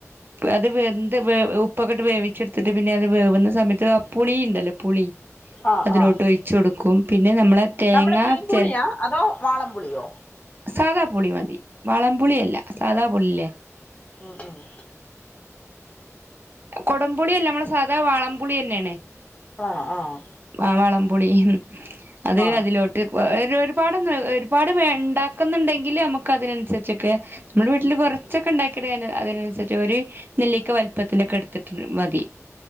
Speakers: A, on the right; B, on the left.
A: അത് എന്ത് ഉപ്പൊക്കെട്ട് വേവിച്ചെടുത്ത് എത്തിട്ട് പിന്നെ അത് വേവുന്ന സമയത്ത് പുളിണ്ടല്ലോ പുളി
B: ആ
A: അതിലോട്ട്
B: ആ
A: ഒഴി ച്ചൊടുക്കും പിന്നെ നമ്മളെ തേങ്ങാ
B: നമ്മുടെ മീൻ പുളിയാ
A: ചെ
B: അതോ വാളമ്പുളിയോ
A: സാദാ പുളി മതി വളം പുളിയല്ല സാദാ പുളില്ലേ
B: ആഹ് ആഹ്
A: കൊടംപുളിയല്ല നമ്മളെ സാധാ വാളം പുളിന്നെണ്
B: ണോ ആഹ്
A: ആഹ് വളംപുളി അത്
B: ആ
A: അതിലോട്ട് ഒരുപാട് ഒരുപാട് ഉണ്ടാക്കുന്നുണ്ടെങ്കില് നമുക്ക് അതിനനുസരിച്ചൊക്കെ നമ്മുടെ വീട്ടില് കുറച്ചൊക്കെ ഉണ്ടാക്കിയടു അതിനനുസരിച്ച് ഒരു നെല്ലക്കെ വലുപ്പത്തിലൊക്കെ എടുത്തിട്ട് മതി